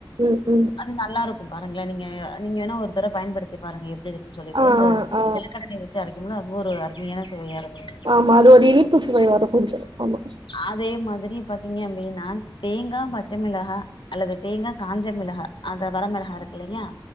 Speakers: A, on the right; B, on the left.
A: ம் ம்
B: அது நல்லா இருக்கு பாருங்களா நீங்க நீங்க வேணா ஒரு தடவ பயன்படுத்தி தி பாருங்க எப்டி இருக்குன்னு சொல்லிட்டு
A: ஆ
B: இந்த
A: ஆ ஆ
B: நிலக்கடலை வச்சு அரைக்கும்னா அதுவு ஒரு அருமையான சுவையா இருக்கு
A: ஆமா அது ஒரு இனிப்பு சுவை வரும் கொஞ்ச ஆமா
B: அதே மாதிரி பாத்தீங்க அப்டின் நா தேங்கா பச்ச மிளகா அல்லது தேங்கா காஞ்ச மிளகா அந்த வரமிளகா இருக்கு இல்லையா